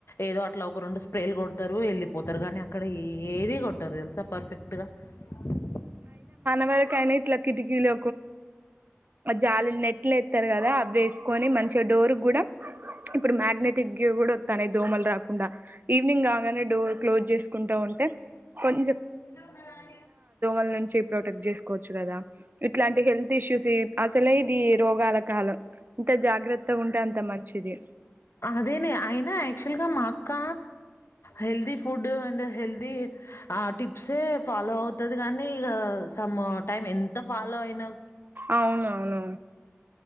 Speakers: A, on the left; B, on the right.
A: ఏదో అట్లా ఒకరుండు స్ప్రేలు కొడతారు వెళ్ళిపోతారు కానీ అక్కడ ఏది కొట్టారు తెలుసా పర్ఫెక్ట్ గా <inaudible>
B: ఎవరకయినా ఇట్లా కిటికీలు జాలి నెట్లు ఇస్తారు కదా అవి వేసుకొని మంచిగా డోర్ కూడా ఇప్పుడు మ్యాగ్నెటిక్ కూడా వస్తాన దోమలు రాకుండా ఈవినింగ్ కాగానే డోర్ క్లోజ్ చేసుకుంటా ఉంటే కొంచెం
A: ఎద ఉంద రాణ
B: ను ప్రొటెక్ట్ చేసుకోవచ్చు కదా ఇట్లాంటి హెల్త్ ఇష్యూస్ అసలే ఇది రోగాల కాలం ఇంత జాగ్రత్తగా ఉంటే అంత మంచిది
A: అదేనే అయినా యాక్చువల్గా మా అక్క హెల్దీ ఫుడ్ అండ్ హెల్తీ ఆ టిప్సే ఫాలో అవుతుది కానీ ఇక సమ్ టైం ఎంత ఫాలో అయి
B: అవున అవును